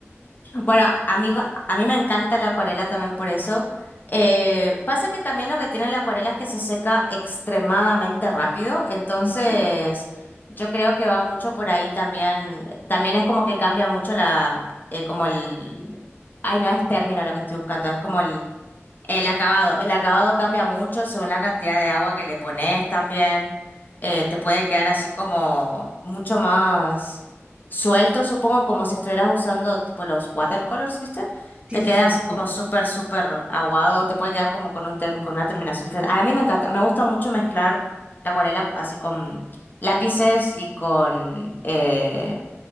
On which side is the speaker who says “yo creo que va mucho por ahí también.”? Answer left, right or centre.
Left